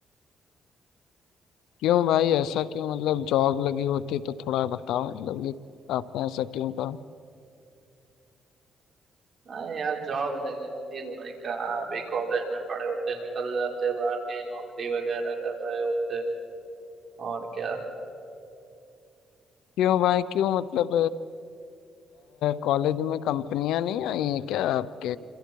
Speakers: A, on the left; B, on the right.
A: क्यों भाई ऐसा क्यों मतलब जॉब लगी होती तो थोड़ा बताओ मतलब ये आपने ऐसा क्यों कहा
B: हाँ यार जॉब लग जाती तो भाई कहाँ अभी कॉलेज में पढ़े होते निकल जाते बाहर कहीं नौकरी वगैरह कर रहे होते और क्या
A: क्यों भाई क्यों मतलब कॉलेज में कंपनियां नहीं आई हैं क्या आपके